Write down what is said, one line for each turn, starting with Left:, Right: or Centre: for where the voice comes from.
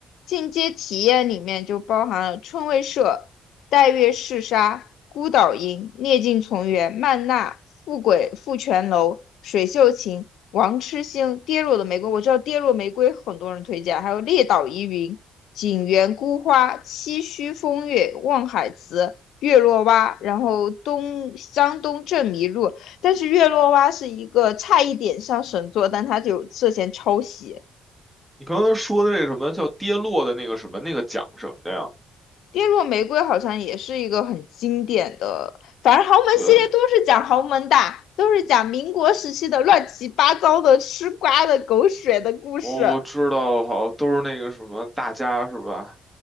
Left: 进阶体验里面就包含了春未社、带月嗜沙、孤岛营、涅镜从园、曼娜、富贵富泉楼、水秀琴、王痴星、跌落的玫瑰。我知道跌落玫瑰很多人推荐，还有列岛疑云、景园孤花、七须风月、望海词。月落蛙，然后东江东镇迷路，但是月落蛙是一个差一点上神作，但它就涉嫌抄袭。
Centre: 你刚才说的那什么叫跌落的那个什么那个奖什么的呀？
Left: 跌落玫瑰好像也是一个很经典的，反正豪门系列都是讲豪门的，
Centre: 对，
Left: 都是讲民国时期的乱七八糟的吃瓜的狗血的故事。
Centre: 我我知道，好，都是那个什么大家是吧？